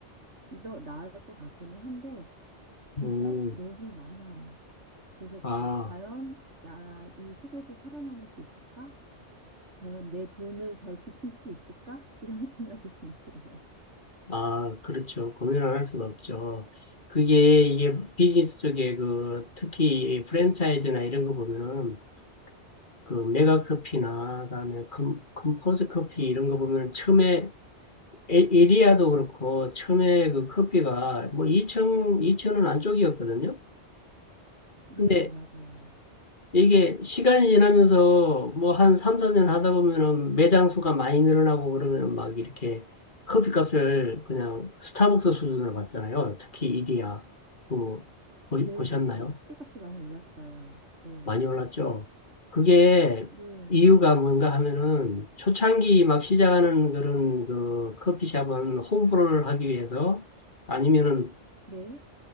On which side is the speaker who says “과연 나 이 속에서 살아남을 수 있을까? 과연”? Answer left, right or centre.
Right